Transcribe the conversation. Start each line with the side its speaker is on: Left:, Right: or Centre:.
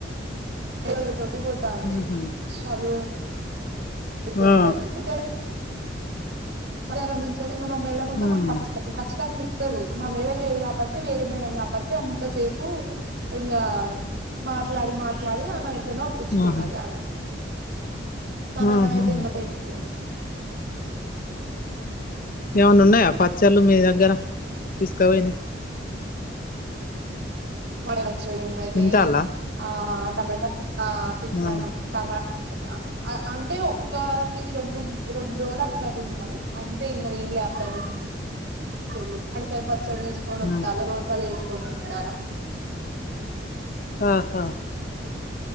Right: అలో తోటి పోతాంది
Left: ఉహు
Right: చదు చెప్పనీకి
Left: ఆ
Right: మధ్యాహ్నం నుంచేళ్లి ఇంకా మా మేడం ఉంటే
Left: ఉమ్
Right: మాకు కచ్చి కచ్చితంగ వతది మా మేడమ్ లేదు కాబట్టి వేరే మేడం కాబట్టి అంతసేపు ఇంకా మాట్లాడి మాట్లాడి ఆమె ఇంట్లోనే ఒప్పిచుకున్నది
Left: ఆహా
Right: ఆమె మా మేడం
Left: ఆహా
Right: అయితే ఎమ్మటే ఇడుస్తాది
Left: ఏమన్న ఉన్నాయా పచ్చళ్ళు మీ దగ్గర తీసుకపోయినాయి
Right: <unintelligible> ఉన్నది
Left: తింటాల్లా
Right: ఆ టమాటా ఆ తింటానం
Left: ఆ
Right: టమా అ అ అంటే ఒక్కటి రెండు రెండు రోజలు అట్లా తిన్నాం అంతే ఇంకా తినలే అక్కడినుం చేలి అక్కడి పై పచ్చడి తీసుకొని వత్తళ్ళు
Left: ఆ
Right: రోజాలు తిసుకొని తింటన్న
Left: ఆహా